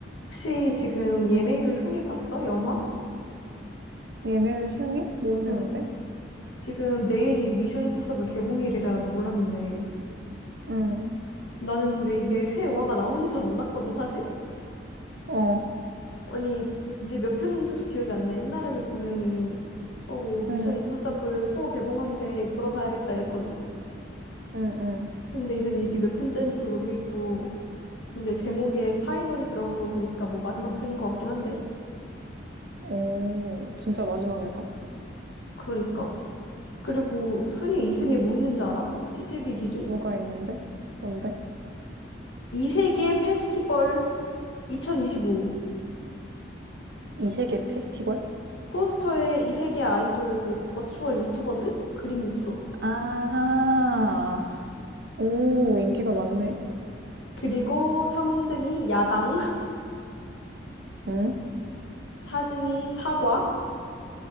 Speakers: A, on the left; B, on the right.
A: 혹시 지금 예매율 순위 봤어? 영화?
B: 예매율 순위? 모르겠는데?
A: 응. 지금 내일이 미션 임파서블 개봉일이라도 몰랐는데
B: 응
A: 나는 근데 이게 새 영화가 나오는지도 몰랐거든 사실?
B: 어,
A: 아니 이제 몇 편인지도 기억이 안 나. 옛날에는 분명히 어 뭐 미션
B: 응
A: 임파서블 4 개봉한데 보러 가야겠다 이랬거든?
B: 응응
A: 근데 이젠 이게 몇 편째인지도 모르겠고 근데 제목에 파이널이 들어간 거 보니까 뭐 마지막 편인 것 같긴 한데
B: 오, 진짜 마지막일까?
A: 그러니까 그리고 순위 2등에 뭐 있는지 알아? CGV 기준?
B: 뭐가 있는데? 뭔데?
A: 이 세계 페스티벌 2025.
B: 이세계 페스티벌?
A: 포스터에 이 세계 아이돌 그 버추얼 유튜버들 그림이 있어.
B: 아, 오, 인기가 많네.
A: 그리고 3등이 야당, <laughs>
B: 응?
A: 4등이 파과,